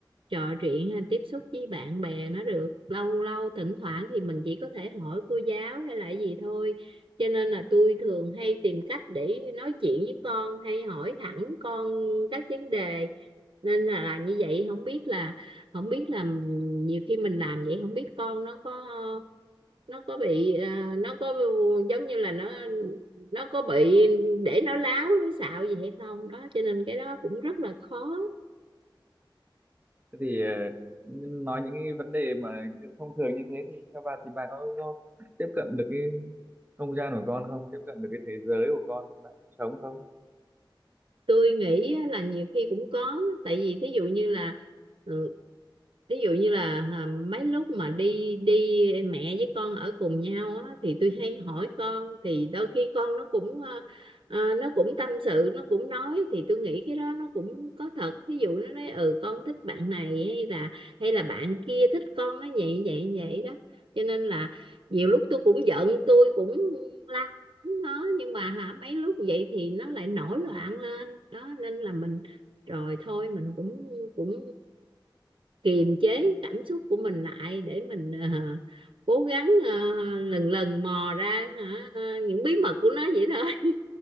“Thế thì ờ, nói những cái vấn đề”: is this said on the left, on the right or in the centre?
Right